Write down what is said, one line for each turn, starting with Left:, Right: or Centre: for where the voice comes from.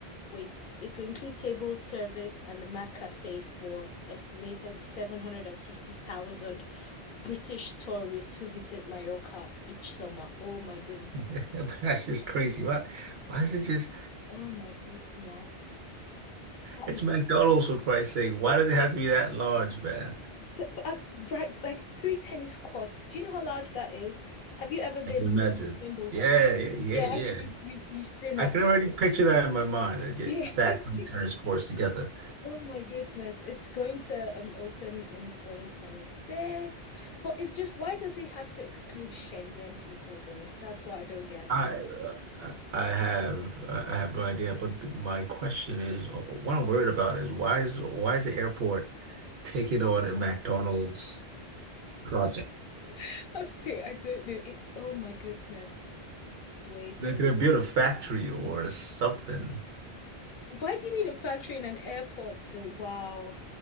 Left: Wait, it will include table service and the McCafe for estimated 750,000 British tourists who visit Mallorca each summer. Oh my goodness.
Right: <laughs> That's just crazy. Why, why is it just,
Left: Oh my goodness. That
Right: it's
Left: is
Right: McDonald's for Christ's sake. Why does it have to be that large, man?
Left: that, uh, right, like three tennis courts. Do you know how large that is? Have you ever been
Right: I can imagine.
Left: to Wimbledon?
Right: Yeah, yeah, yeah,
Left: Yeah, so
Right: yeah.
Left: you've you've, you've seen
Right: I
Left: it.
Right: can already picture that in my mind. uh, ju-
Left: Yeah.
Right: Stacked
Left: <laughs>
Right: three tennis courts together.
Left: Oh my goodness, it's going to um open in 2026. But it's just why does it have to exclude Schengen people though? That's what I don't get.
Right: I uh, I I have uh, I have no idea, but th- my question is, uh, what I'm worried about is why is why is the airport taking on a McDonald's project?
Left: <laughs> I'll say I don't know it. Oh my goodness. Wait.
Right: They could have built a factory or something.
Left: Why do you need a factory in an airport though? Wow.